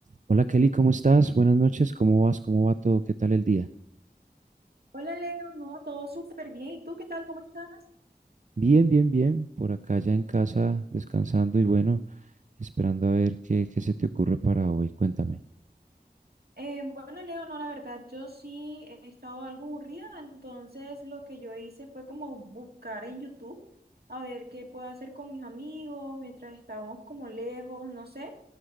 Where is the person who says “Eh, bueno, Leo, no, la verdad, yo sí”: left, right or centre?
Right